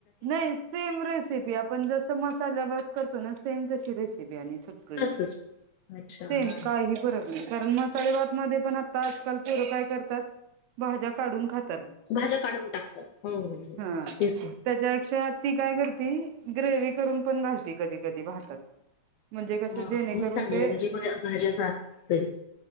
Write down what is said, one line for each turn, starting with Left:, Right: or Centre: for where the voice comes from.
Right: नाही सेम रेसिपी आपण जस मसाल्या भात करतो ना सेम तशी रेसिपी आणि <unintelligible>
Left: तसच अच्छा हा
Right: काही फरक नाही. तर मसाले भात मध्ये पण आता आजकाल पोर काय करतात, भाज्या काढून खात
Left: भाज्या काढून टाकतात हो हो,
Right: हा
Left: तेच ना.
Right: त्याच्यापेक्षा ती काय करती ग्रेव करून पण घालती कधी कधी भातात. म्हणजे कसं
Left: ह,
Right: जेणेकरून
Left: मग चांगले
Right: ते
Left: म्हणजे भ, भाज्या जातत तरी!